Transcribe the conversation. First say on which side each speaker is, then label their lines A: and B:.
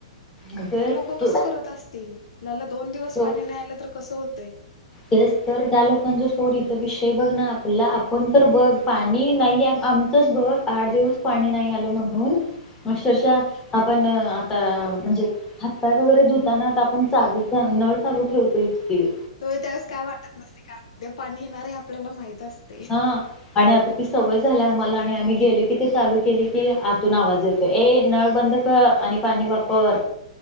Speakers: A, on the left; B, on the left.
A: अगं
B: ते लोक
A: तो
B: कस करत असतील आपल्याला दोन दिवस
A: तो
B: पाणी नाही आलं तर कसं होतय.
A: तर त्या लोकांचा सोडी तर विषय बघ ना आपल्याला आपण. तर बघ पाणी नाही आमचंच बघ आठ दिवस. पाणी नाही आलं म्हणून अक्षरशः
B: ह
A: आपण आता म्हणजे. हातपाय वगैरे धुताना आता आपण चाग नळ चालू ठेवतो इतकीे.
B: तु्ही त्यावेळेस काय वाटत नसते कारण उद्या पाणी येणार हे आपल्याला माहत असतं.
A: हा. आणि आता ती सवय झाल्या आम्हाला आणि आम्ही गेले की ते चालू केली की आतून आवाज येतो ए नळबंद कर. आणि पाणी वापर.